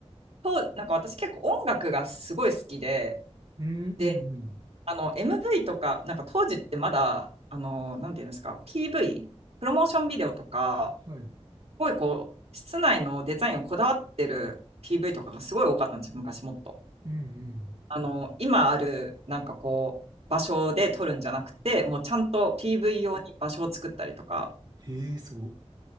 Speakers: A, on the right; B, on the right.
A: 当なんか私結構音楽がすごい好きで、
B: うん、
A: で、
B: うん、うん。
A: あの、MV とか、なんか当時ってまだ、あの、なんていうんですか、PV、プロモーションビデオとか、
B: はい。
A: すごいこう、室内のデザインをこだわってる PV とかがすごい多かったんですよ、昔もっと。
B: うん、うん。
A: あの、今ある、なんかこう、場所で撮るんじゃなくて、もうちゃんと PV 用に場所を作ったりとか、
B: ええすご。